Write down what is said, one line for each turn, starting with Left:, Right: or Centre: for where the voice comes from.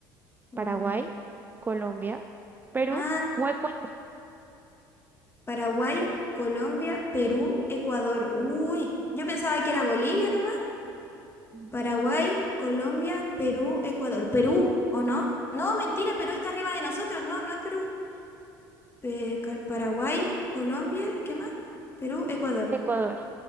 Left: Mm.
Right: Paraguay, Colombia, Perú
Left: Ah,
Right: o Ecuador.
Left: Paraguay, Colombia, Perú, Ecuador. Uy, yo pensaba que era Bolivia nomás.
Right: Mm,
Left: Paraguay, Colombia, Perú, Ecuador. Perú, ¿o no? No, mentira, Perú está arriba de nosotros. No, no es Perú. Pe- ca- Paraguay, Colombia, ¿qué más? Perú, Ecuador.
Right: Ecuador.